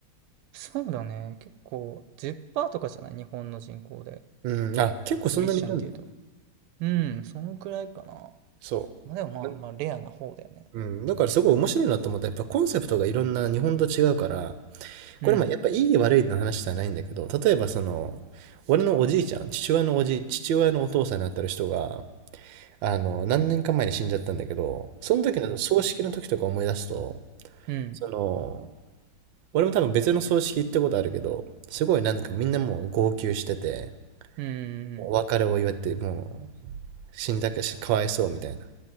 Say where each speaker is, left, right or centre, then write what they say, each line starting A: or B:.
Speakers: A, on the right; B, on the right.
A: そうだね。結構10%とかじゃない日本の人口で。
B: うんあ結構そんなにいるんだ
A: クリスチャンっていうと。うん、そのくらいかな。
B: そ
A: まあでもまあ、
B: うなん
A: まあレアな方だよね。
B: うん、だからすごい面白いなと思った。やっぱコンセプトがいろんな日本と違うから、これもやっぱいい悪いの話じゃないんだけど、
A: うん。
B: 例えばその、俺のおじいちゃん、父親のおじい、父親のお父さんになってる人が、あの、何年か前に死んじゃったんだけど、その時の葬式の時とか思い出すと、
A: うん。うん。
B: その、俺も多分別の葬式行ったことあるけど、すごいなんかみんなもう号泣してて、
A: うんうんうん。
B: お別れを祝って、もう死んだかし、かわいそうみたいな